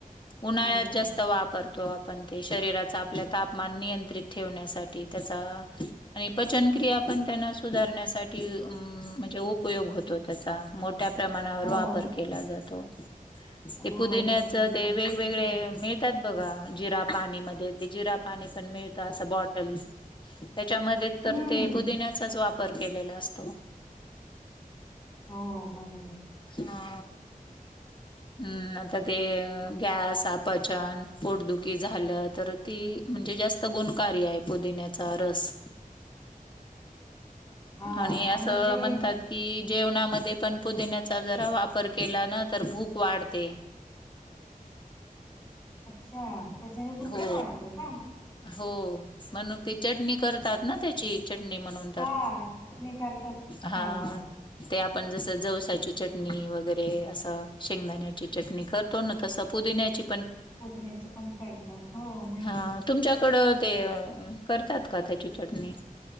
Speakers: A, on the left; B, on the left.
A: उन्हाळ्यात
B: हो
A: जास्त वापरतो. आप- पण ते शरीराचा आपल्या तापमान नियंत्रित ठेवण्यासाठी त्याचा आणि पचनक्रिया पण त्यांना सुधारण्यासाठी. म्हणजे- उपयोग होतो. त्याचा मोठ्या प्रमाणावर
B: हो
A: वापर केला जातो. ते
B: हो
A: पुदिण्याच
B: पचन क्रियासाठी
A: ते वेगवेगळे
B: पण होत
A: मिळतात बघा जिरा पाणी म- जिरा पाणी पण मिळतं असं बॉटल त्याच्यामध्ये तर
B: हम्म
A: ते पुदिन्याचाच वापर केलेला असतो.
B: हो बरोबर.
A: हा हम् आता ते गॅसपचन पोर्दुकी झालं तर ती म्हणजे जास्त गुणकार्य आहे पुदिन्याचा रस
B: हा
A: आणि असं
B: ते
A: म्हणतात की जेवणामध्ये पण पुदिण्याचा जरा वापर केला ना तर भूक वाढते.
B: अच्छा. त्याच्याने भूक
A: हो
B: पण वाढते का
A: हो म्हण ते चटणी करतात ना त्याची. चटणी म्हणून तर
B: हा चटणी करतात
A: हा
B: खायला
A: ते आपण जसं जवसाची चटणी वगैरे असं शेंगदाण्याची चटणी करतो. तपू देण्याची-
B: पुदिण्याचे पण करतात हो माहितीय
A: हां, तुमच्याकडं ते करतात का त्याची चटणी